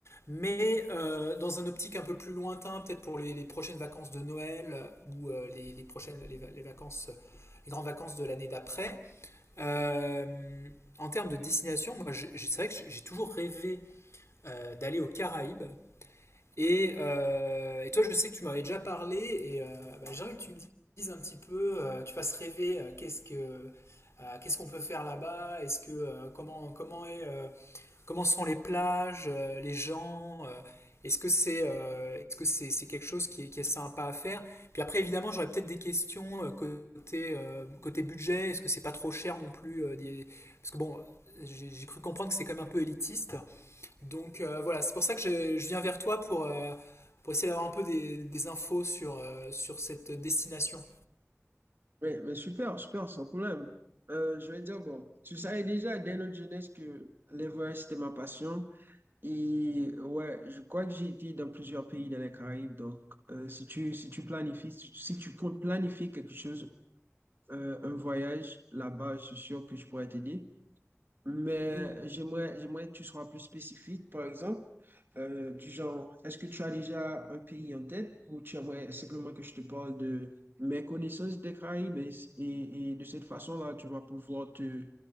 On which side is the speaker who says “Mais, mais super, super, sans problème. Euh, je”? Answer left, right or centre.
Right